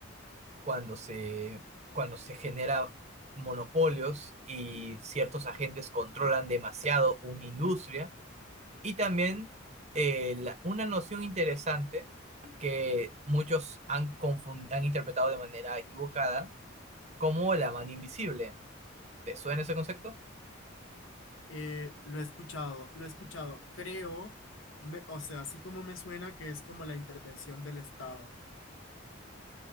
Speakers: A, on the right; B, on the left.
A: cuando se, cuando se genera monopolios y ciertos agentes controlan demasiado una industria. Y también eh, la- una noción interesante que muchos han, confun- han interpretado de manera equivocada como la mano invisible. ¿Te suena ese concepto?
B: Eh, lo he escuchado, lo he escuchado. Creo, me- o sea, así como me suena que es como la intervención del Estado.